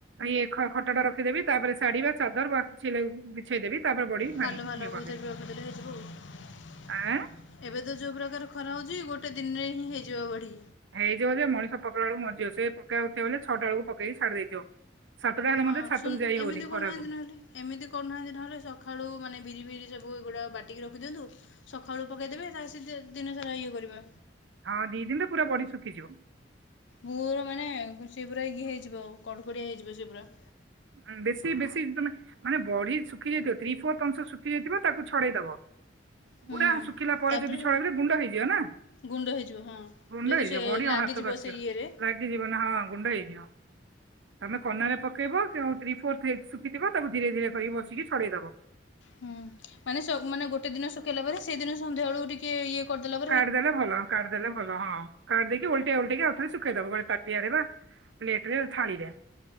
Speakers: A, on the right; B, on the left.
A: ଇଏ ଖଟା ଟା ରଖିଦେବି ତାପରେ ଶାଢ଼ୀ ବା ଚାଦର ବା ବିଛେଇ ଦେବି ତାପରେ ବଢି ଭାଇ
B: ପାଲ ଫାଲ
A: <unintelligible>
B: <inaudible>
A: ଆଁ।
B: ଏବେ ତ ଯୋଉ ପ୍ରକାର ଖରା ହଉଛି ଗୋଟେ ଦିନରେ ହିଁ ହେଇଯିବ ବଢି।
A: ହେଇଯିବ ଯ ମଣିଷ ପକେଇଲା ବେକୁ ମରିଯିବ ସେ ପକେଇବାୟାକୁଥିବ ବ ଛଟା ବଳକୁ ପକେଇକି ଛାଡି ଦେଇଥିବ। ସାତଟା ହେଲା
B: ହଁ
A: ମେ ସାତକୁ
B: ଶୁଣ
A: ଯାଇ
B: ଏମିତି
A: ହଉନି ଖରାକୁ।
B: କରୁନାହାନ୍ତି ନହେଲେ ଏମିତି କରୁନାହାନ୍ତି ନହେଲେ ସକାଳୁ ମାନେ ବିରି ବିରି ସବୁ ଏଗୁଡା ବାଟିକି ରଖିଦିଅନ୍ତୁ ସକାଳୁ ପକାଇଦେବେ ତା ସେ ଦିନସାରା ଇଏ କରିବା।
A: ହଁ ଦି ଦିନରେ ପୁରା ବଡି ଶୁଖିଯିବ।
B: ମୋର ମାନେ ସେ ପୁରା ଇଏ ହେଇଯିବ ଆଉ କଡକଡିଆ ହେଇଯିବ ସେ ପୁରା।
A: ହିଁ ବେଶୀ ବେଶୀ ତମେ ମାନେ ବଢି ଶୁଖି ଯାଇଥିବ ଥ୍ରି ଫୋର୍ଥ ଅଂଶ ଶୁଖି ଯାଇଥିବ ତାକୁ ଛଡେଇଦବ।
B: ହୁଁ
A: ପୁରା ଶୁଖିଲା ପରେ
B: ତାପରେ
A: ଯଦି ଛଡେଇଲେ ଗୁଣ୍ଡ ହେଇଯିବ ନା।
B: ଗୁଣ୍ଡ ହେଇଯିବ ହଁ
A: ଗୁଣ୍ଡ
B: ଯେହେତୁ
A: ହେଇଯିବ
B: ସେ
A: ବଢିଆ
B: ଲାଗିଯିବ
A: ହାତକୁ ଆସିବ।
B: ସେ ଇଏରେ।
A: ଲାଗିଯିବ ନା ହଁ ଗୁଣ୍ଡ ହେଇଯିବ, ତମେ କନାରେ ପ ପକେଇବ ଥ୍ରୀ ଫୋ ଶୁଖିଥିବ, ତାକୁ ଧୀରେ ଧୀରେ କରିକି ବସିକି ଛଡେଇଦବ।
B: ହୁଁ ସ ମାନେ ମାନେ ଗୋଟେ ଦିନ ଶୁଖେଇଲା ପରେ ସେଇଦିନ ସନ୍ଧ୍ୟାବେଳକୁ ଟିକେ ଇଏ କରିଦେଲ
A: କାଢିଦଲେ ଭଲ, କାଢିଦଲେ ଭଲ ହଁ, କାଢିଦେଇକି ଓଲଟିଆ ଓଲଟେଇକି ଆଉଥରେ ଶୁଖେଇଦବ ଗୋଟେ ତାଟିଆରେ ବା ପ୍ଲେଟ ରେ, ଥାଳିରେ,